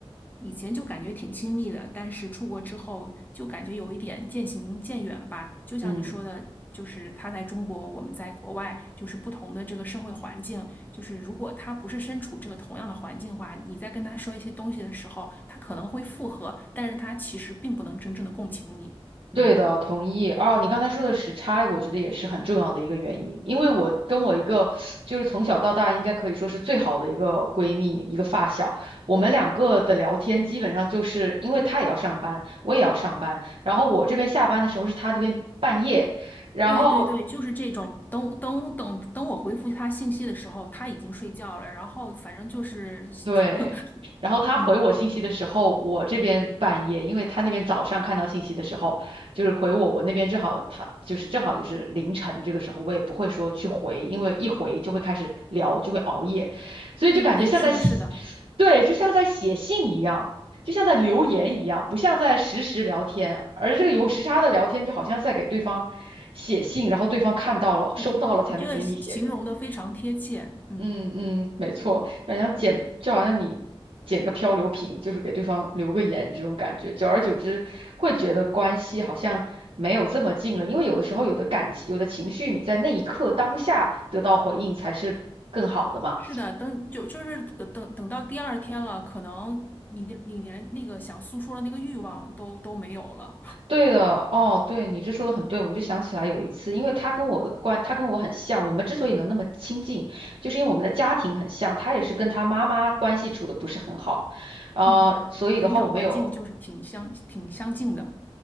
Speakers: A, on the left (about 20°); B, on the right (about 65°).
A: 以前就感觉挺亲密的，但是出国之后就感觉有一点渐行渐远了吧。就像你说的，
B: 嗯
A: 就是他在中国，我们在国外，就是不同的这个社会环境，就是如果他不是身处这个同样的环境的话，你在跟他说一些东西的时候，他可能会附和，但是他其实并不能真正的共情你。
B: 对的，
A: 嗯，
B: 同意。哦，你刚才说的时差，我觉得也是很重要的一个原因，因为我跟我一个就是从小到大应该可以说是最好的一个闺蜜，一个发小，我们两个的聊天基本上就是因为她也要上班，我也要上班，然后我这边下班的时候是她那边半夜，然后。
A: 对对对，就是这种。等等等等，我回复他信息的时候，他已经睡觉了。然后反正就是，
B: 对，
A: <laughs>
B: 然后他回我信息的时候，
A: 嗯，
B: 我这边半夜，因为他那边早上看到信息的时候，就是回我，我那边正好他就是正好就是凌晨这个时候，我也不会说去回，因为一回就会开始聊，就会熬夜，所以就感觉像在写，
A: 对对对，是的，是的。
B: 对，就像在写信一样，就像在留言一样，不像在实时聊天，而这个有时差的聊天就好像在给对方写信，然后对方看到了收到了才能给你写回。
A: 对，你这个形形容的非常贴切，嗯
B: 嗯嗯，没错，反正捡就好像你捡个漂流瓶，
A: 嗯，
B: 就是给对方留个言这种感觉，久而久之会觉得关系好像没有这么近了，
A: 对，
B: 因为有的时候有的感情、有的情绪，你在那一刻当下得到回应才是更好的嘛。
A: 是的，等就就是等等到第二天了，可能你的你连那个想诉说的那个欲望都都没有了，
B: 对的，哦，对，你这说的很对，我就想起来有一次，因为他跟我的关，他跟我很像，我们之所以能那么亲近，就是因为我们的家庭很像，他也是跟他妈妈关系处的不是很好。呃，
A: 嗯，
B: 所以的话，
A: 成长环境就是挺相挺相近的，
B: 我们有